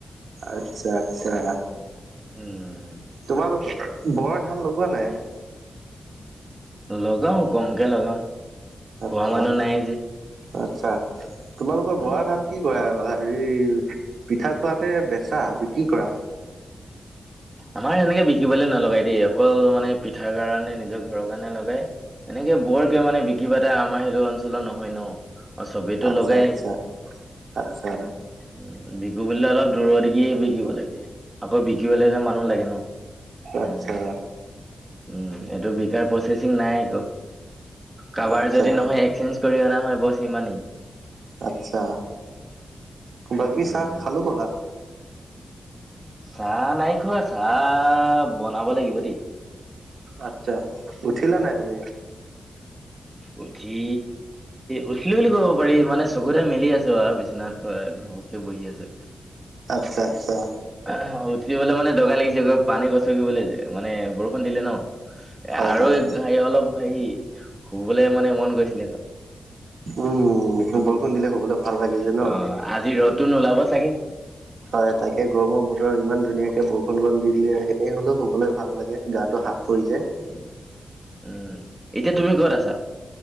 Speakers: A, on the right; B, on the right.
A: আচ্ছা আচ্ছা।
B: উম।
A: তোমালোকৰ বৰ ধান লগোৱা নাই?
B: লগাও কমকে লগাও
A: আচ্ছা
B: খোৱা মানুহ নাই যে।
A: আচ্ছা, তোমালোকৰ
B: উম
A: বৰা ধান কি? কি কৰা হেৰি পিঠা খোৱাতে বেচা বিক্ৰী কৰা?
B: আমাৰ সেনেকে বিকিবলে নলগায় দেই অকল মানে পিঠাৰ কাৰণে নিজৰ ঘৰৰ কাৰণে লগাই - এনেকে বৰকে মানে বিক্ৰী বাতা আমাৰ সেইটো অঞ্চলত নহয় ন। অ' চবেটো
A: আচ্ছা
B: লগায়েই।
A: আচ্ছা আচ্ছা
B: উ বিকু বুলিলে অলপ দূৰৰ দিগি বিকিব লাগে। আকৌ বিক - বিকিবলে হ'লে মানুহ লাগে ন। উম
A: আচ্ছা
B: উম, এইটো বিকাৰ প্ৰচেচিং নাই একো কাৰাবাৰ
A: আচ্ছা
B: যদি নহয় একচেঞ্চ - কৰি অনা হয় বচ সিমানেই।
A: আচ্ছা, বাকী
B: উম
A: চাহ খালো কলা।
B: চাহ নাই খোৱা চাহ বনাব লাগিব দেই।
A: আচ্ছা, উঠিলা নাই তুমি?
B: উঠি উঠিলো বুলি কব পাৰি মানে চকু কেইটা মেলি আছো আৰু বিচনাত - ব বহি আছো।
A: আচ্ছা, আচ্ছা।
B: অ উঠিবলে মানে দগা লাগিছে ক। পানী গছকিবলে যে, মানে বৰষুণ দিলে ন। এ
A: হয়
B: আৰু
A: হয়
B: হেৰি অলপ হেৰি শুবলে মানে মন গৈছিলে ক।
A: উম, বৰষুণ দিলে শুবলে ভাল লাগে যে
B: অ
A: ন?
B: আজি ৰ'দটো নুলাব চাগে!
A: হয় তাকে গৰমৰ বতৰ ইমান ধুনীয়াকে বৰষুণ কণ দি দিলে এনেই হলেও শুবলে ভাল লাগে। গাটো হাত পৰি যায়।
B: উ উম, এতিয়া তুমি কত আছা?